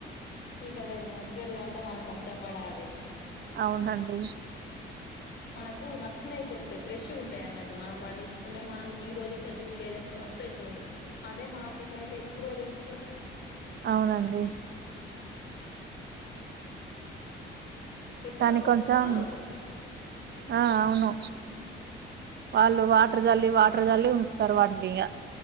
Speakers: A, on the left; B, on the right.
A: ఈ కదే నాచురల్ గా అంటే మనం కష్టపడాలే
B: అవునండి
A: మనకు నచ్చినవి దొకుతాయి ఫ్రెష్ ఉంటాయి అన్నట్టు మనం పండించుకునేవి మనం ఈ రోజే చెట్టుమీద తెంపుతం కాబట్టి అదే మార్కెట్ లో అయితే ఎప్పుడో తెంపుతారు
B: అవున అండి
A: ఎప్పుడో
B: కానీ
A: తెంపుతారు
B: కొంచెం ఆ అవును వాళ్ళు వాటర్ చల్లి వాటర్ చల్లి ఉంచుతారు వాడి ఇగ